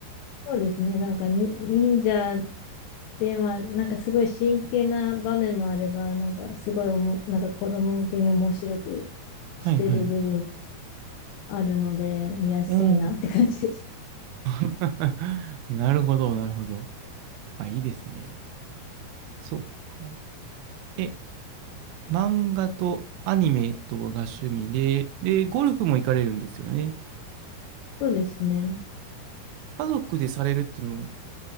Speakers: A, on the left; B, on the right.
A: そうですね、なんかに忍者で、まあ、なんかすごい真剣な場面もあれば、なんかすごいおも、なんか子供向けに面白くしてる部分
B: はい、はい。
A: あるので、見やすいなって感じです。
B: うん。<laughs> なるほど、なるほど。あ、いいですね。そうか。え、漫画とアニメとかが趣味で、で、ゴルフも行かれるんですよね。
A: そうですね。
B: 家族でされるっていうのも